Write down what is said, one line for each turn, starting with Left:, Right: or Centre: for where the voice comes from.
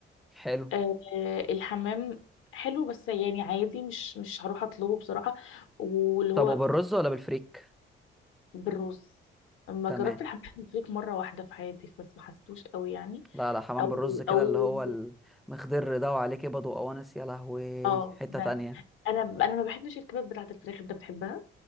Centre: حلو
Left: آه، الحمام حلو بس يعني عادي مش مش هروح اطلبه بصراحة واللي هو
Centre: طب وبالرز ولا بالفريك
Left: بالرز لما
Centre: تمام
Left: جربت الحمام الفريك مرة واحدة في حياتي بس ما حسيتوش قوي يعني
Centre: لا لا حمام
Left: او
Centre: بالرز كده
Left: او
Centre: اللي هو المخضر ده وعليه كبد وقوانص يا لهوي
Left: اه
Centre: حتة
Left: ده
Centre: تانية
Left: انا انا ما بحبش الكباب بتاعة الفراخ انت بتحبها